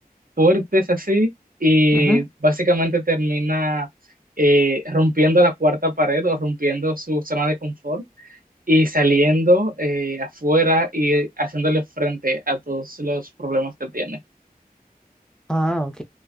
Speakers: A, on the right (about 65°); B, in the centre.
A: fuertes así y
B: Ujú.
A: básicamente termina eh, rompiendo la cuarta pared o rompiendo su zona de confort y saliendo eh, afuera y haciéndole frente a todos los problemas que tiene.
B: Ah, ok.